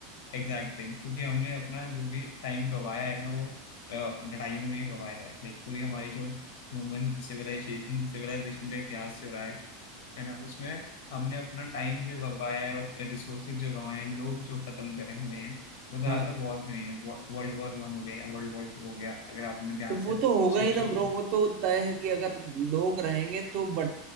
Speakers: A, on the left; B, on the right.
A: Exact thing <laughs> क्योंकि हमने अपना जो भी टाइम गवाया है ना वो अ, लड़ाइयों में ही गवाया है लाइक पूरी हमारी जो ह्यूमन सिविलाइजेशन सिविलाइजेशन का इतिहास जो रहा है है ना उसमें हमने अपना टाइम जो गवाया है और रिसोर्सेज जो गवाए हैं लोग जो खत्म करे हुए हैं वो ज्यादातर
B: हाँ
A: वॉर में हुए हैं वर्ल्ड वॉर वन हो गया वर्ल्ड वॉर टू हो गया अगर आपने ध्यान
B: तो वो
A: से
B: तो होगा
A: सोचो
B: ही ना
A: तो
B: ब्रो वो तो तय है कि अगर लोग रहेंगे तो बट